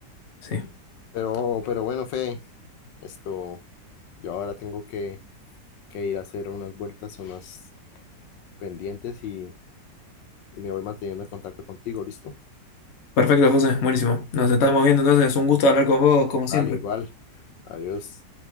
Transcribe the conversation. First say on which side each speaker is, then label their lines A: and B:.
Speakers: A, on the left; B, on the left.
A: Sí.
B: Pero, pero bueno, Fede, esto, yo ahora tengo que, que ir a hacer unas vueltas, unas pendientes y, y me voy manteniendo en contacto contigo, ¿listo?
A: Perfecto, José. Buenísimo. Nos estamos viendo entonces. Un gusto hablar con vos, como
B: Dale,
A: siempre.
B: igual. Adiós.